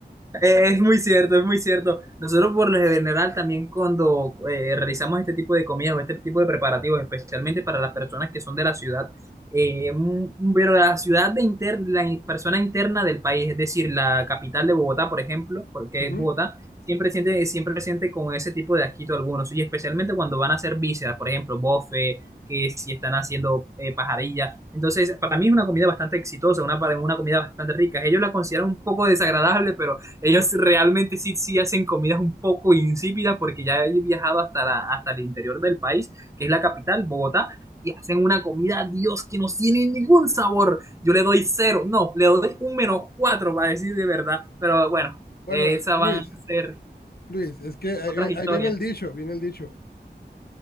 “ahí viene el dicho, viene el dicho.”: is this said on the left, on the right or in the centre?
Left